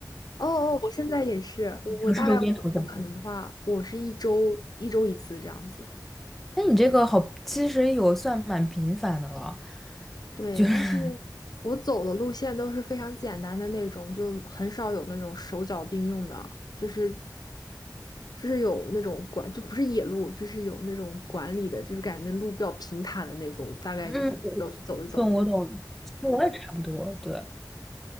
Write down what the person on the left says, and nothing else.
哦哦，我现在也是，我我大概我我可能的话，
我是一周一周一次这样子。
对，
但是我走的路线都是非常简单的那种，就很少有那种手脚并用的，就是就是有那种管，就不是野路，就是有那种管理的，就是感觉那路比较平坦的那种，大概就是每周去走一走。